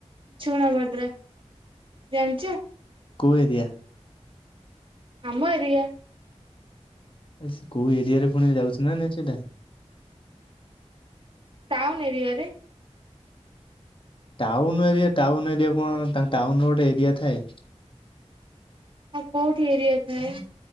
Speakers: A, on the right (about 45°); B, on the left (about 45°).
A: ଚୁଣାଭଦ୍ରା ଜାଣଚ?
B: କୋଉ ଏରିଆ?
A: ଆମ ଏରିଆ।
B: ଆ ସେ କୋଉ ଏରିଆରେ ପୁଣି ଯାଉଚି ନାଁ ନାଇଁ ସେଇଟା?
A: ଟାଉନ୍ ଏରିଆରେ।
B: ଟାଉନ୍ ଏରିଆ ଟାଉନ୍ ଏରିଆ କଣ ଟା ଟାଉନ୍ ର ଗୋଟେ ଏରିଆ ଥାଏ?
A: ଆଉ କୋଉଠି ଏରିଆ ଥାଏ?